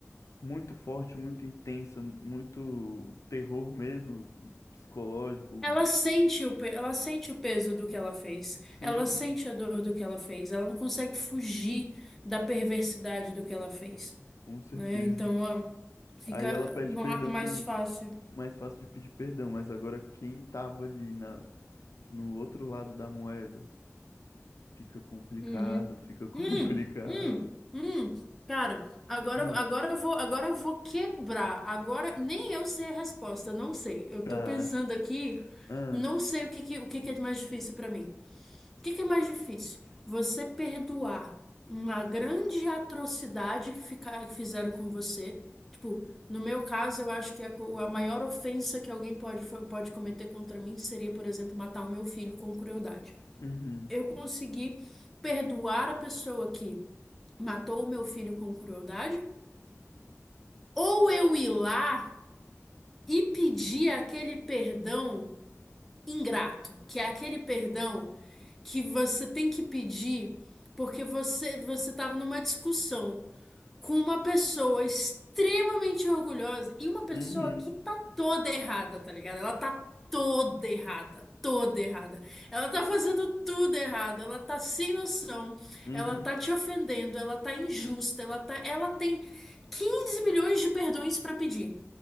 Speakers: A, on the left; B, in the centre.
A: muito forte, muito intensa, muito terror mesmo, psicológico,
B: Ela sente o, pe- ela sente o peso do que ela fez.
A: sente,
B: Ela sente a dor do que ela fez. Ela não consegue fugir da perversidade do que ela fez,
A: com certeza.
B: né? Então, ó, fica
A: Aí ela pede
B: ma-
A: perdão
B: mais
A: com
B: fácil.
A: mais fácil de pedir perdão, mas agora quem tava ali na, no outro lado da moeda fica complicado,
B: Uhum.
A: fica <laughs> complicado.
B: Hum, hum, hum. Cara, agora,
A: Ah,
B: agora eu vou, agora eu vou quebrar. Agora nem eu sei a resposta, não sei. Eu
A: tá.
B: tô pensando aqui,
A: Ah,
B: não sei o que, que- o que que é mais difícil pra mim. O que que é mais difícil? Você perdoar uma grande atrocidade que, fica, que fizeram com você. Tipo, no meu caso, eu acho que a, co- a maior ofensa que alguém pode, fa- pode cometer contra mim seria, por exemplo, matar o meu filho com crueldade
A: uhum,
B: eu consegui perdoar a pessoa que matou o meu filho com crueldade, ou eu ir lá e pedir aquele perdão ingrato, que é aquele perdão que você tem que pedir porque você você estava numa discussão. com uma pessoa extremamente orgulhosa e uma pessoa
A: uhum,
B: que tá toda errada, tá ligado? Ela tá toda errada, toda errada. Ela tá fazendo tudo errado, ela tá sem noção,
A: uhum,
B: ela tá te ofendendo, ela tá injusta, ela tá, ela tem 15 milhões de perdões pra pedir.